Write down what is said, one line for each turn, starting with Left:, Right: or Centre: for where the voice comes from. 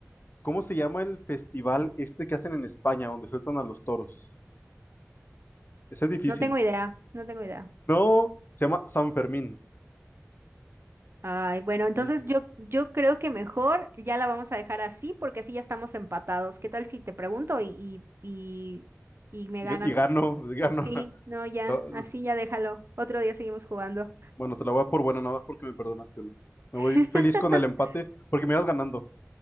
Left: ¿cómo se llama el festival este que hacen en España, donde sueltan a los toros? Ese es difícil.
Right: No tengo idea, no tengo idea.
Left: No, se llama San Fermín.
Right: Ay, bueno, entonces
Left: Y,
Right: yo, yo creo que mejor ya la vamos a dejar así porque así ya estamos empatados. ¿Qué tal si te pregunto y, y, y, y me
Left: y-
Right: ganas?
Left: y gano, y gano.
Right: Sí, no, ya,
Left: <laughs>
Right: así ya déjalo. Otro día seguimos jugando.
Left: Bueno, te la voy a dar por buena, nada más porque me perdonaste uno. Me
Right: <laughs>
Left: voy feliz con el empate porque me ibas ganando.